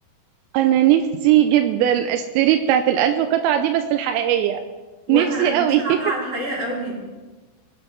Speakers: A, on the right; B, on the right.
A: انا نفسي جدا اشتري بتاعت الالف قطعة دي بس الحقيقية
B: وانا
A: نفسي
B: انا
A: قوي
B: نفسي العبها
A: <laughs>
B: على الحقيقة قوي